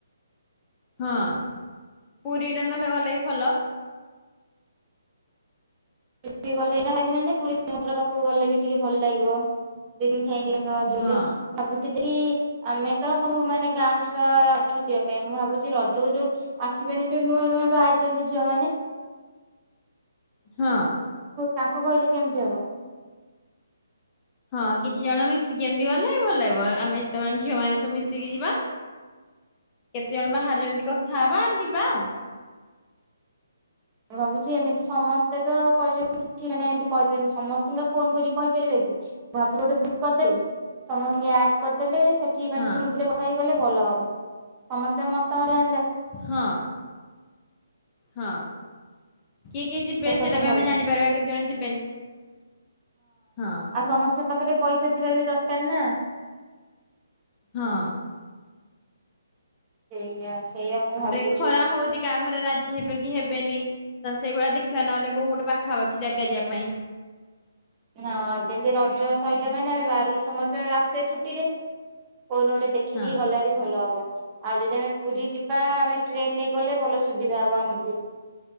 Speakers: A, on the left; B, on the right.
A: ହଁ ୲ ପୁରୀଟା, ନ ଗଲେକି, ଭଲ?
B: <unintelligible> ପୁରୀ ସମୁଦ୍ର ପାଖକୁ ଗଲେ ବି ଟିକେ ଭଲ ଲାଗିବ <unintelligible>
A: ହଁ
B: ଭାବିଥିଲି କି ଆମେ ତ ସବୁ ମାନେ ଗାଁ ଛୁଆ ଅଛୁ ଯିବା ପାଇଁ। ମୁଁ ଭାବୁଛି ରଜ କୁ ଯୋଉ ଆସିବେନି ଯୋଉ ନୂଆ ନୂଆ ବାହା ହେଇଛନ୍ତି ଝିଅମାନେ
A: ହଁ
B: ତାଙ୍କୁ କହିଲେ କେମିତି ହବ?
A: ହଁ କିଛି ଜଣ ମିଶିକି ଏମିତି ଗଲେ ଭଲ ଲାଗିବ। ଆମେତ ଝିଅ ମାନେ ସବୁ ମିଶିକି ଯିବା। କେତେ ଜଣ ବାହାରିଛନ୍ତି କଥା ହେବା ଯିବା ଆଉ।
B: ମୁଁ ଭାବୁଛି ଏମିତି ସମସ୍ତେ ତ କହିଛନ୍ତି ମାନେ ଏମତି କହିଛନ୍ତି ସମସ୍ତଙ୍କ ଫୋନ କରି କହିପାରିବେ କି ମୁଁ ଭାବୁଛିି ଗୋଟେ ଗ୍ରୁପ କରିଦେଲେ ସମସ୍ତଙ୍କୁ ଆଡ କରିଦେଲେ ସେଠି ମାନେ
A: ହଁ
B: ଗ୍ରୁପ ରେ କଥା ହେଇଗଲେ ଭଲ ହବ ସମସ୍ତେ ମତରେ
A: ହଁ ହଁ କିଏ କିଏ ଯିବେ ସେଇଟା
B: କଲେ
A: ବି
B: ଭଲ
A: ଆମେ
B: ହଁ।
A: ଜାଣିପାରିବା କେତେ ଜଣ ଯିବେନି ହଁ
B: ଆଉ ସମସ୍ତଙ୍କ ପାଖରେ ପଇସା ଥିବା ବି ଦରକାର ନା?
A: ହଁ
B: <unintelligible>
A: ତାପରେ
B: ଭାବୁଛି।
A: ଖରା ହଉଛି କାହା ଘରେ ରାଜି ହେବେ କି ହେ ନି ତ ସେଇ ଭଳିଆ ଦେଖିବା ନହେଲେ କୋଉ ଗୋଟେ ପାଖା ପାାଖି ଜାଗା ଯିବା ପାଇଁ
B: ହଁ ଯେମିତି ରଜ ସରିଲା ମାନେ ଗାରି ସମସ୍ତେ <unintelligible> ଛୁଟିରେ କଉନୁ ଗୋଟେ ଦେଖିକି
A: ହଁ
B: ଗଲେ ବି ଭଲ ହବ। ଆଉ ଯଦି ଆମେ ପୁରୀ ଯିବା ଆମେ ଟ୍ରେନ୍ ରେ ଗଲେ ଭଲ ସୁବିଧା ହବ ଆମକୁ।